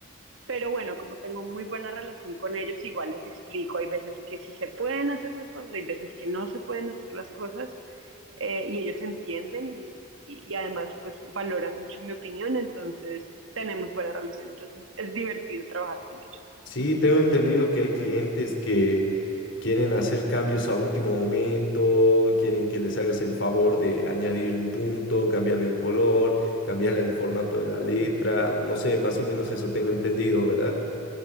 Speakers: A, on the right; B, on the left.
A: pero bueno, como tengo muy buena relación con ellos, igual les explico, hay veces que sí se pueden hacer las cosas, hay veces que no se pueden hacer las cosas, eh, y ellos entienden y, y- y además pues valoran mucho mi opinión, entonces tenemos buena relación, entonces es divertido trabajar con ellos.
B: Sí, tengo entendido que hay clientes que quieren hacer cambios a último momento, quieren que les hagas el favor de añadir un punto, cambiar el color, cambiar el formato de la letra, no sé, más o menos eso tengo entendido, ¿verdad?